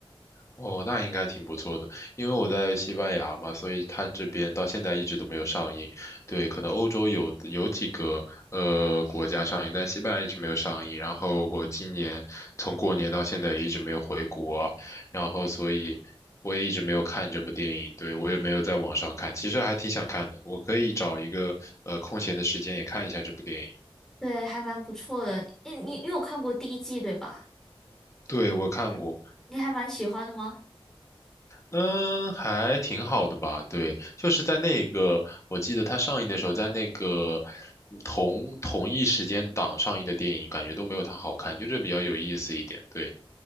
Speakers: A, on the left; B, in the centre.
A: 哦，那应该挺不错的，因为我在西班牙嘛，所以它这边到现在一直都没有上映。对，可能欧洲有有几个呃国家上映，但西班牙一直没有上映。然后我今年从过年到现在也一直没有回国啊，然后所以我也一直没有看这部电影。对，我也没有在网上看，其实还挺想看的，我可以找一个呃空闲的时间也看一下这部电影。
B: 对，还蛮不错的。诶，你你有看过第一季对吧？
A: 对，我看过。
B: 你还蛮喜欢的吗？
A: 嗯，还挺好的吧？对，就是在那个，我记得它上映的时候，在那个嗯同同一时间档上映的电影，感觉都没有它好看，就这比较有意思一点。对。